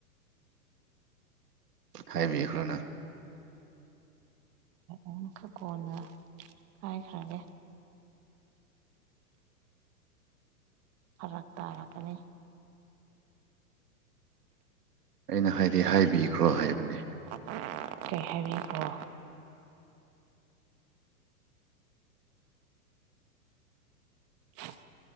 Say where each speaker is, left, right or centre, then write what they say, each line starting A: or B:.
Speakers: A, on the right; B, on the right.
A: ꯍꯥꯢꯕꯤꯌꯨꯔꯅ
B: ꯑꯗꯨ ꯈꯔ ꯀꯣꯟꯅ ꯍꯥꯏꯈ꯭ꯔꯒꯦ ꯐꯔꯛ ꯇꯥꯔꯛꯀꯅꯤ
A: ꯑꯩꯅ ꯍꯥꯏꯗꯤ ꯍꯥꯏꯕꯤꯈ꯭ꯔꯣ ꯍꯥꯏꯕꯅꯦ
B: <unintelligible> ꯀꯩ ꯍꯥꯢꯕꯤꯈ꯭ꯔꯣ <unintelligible>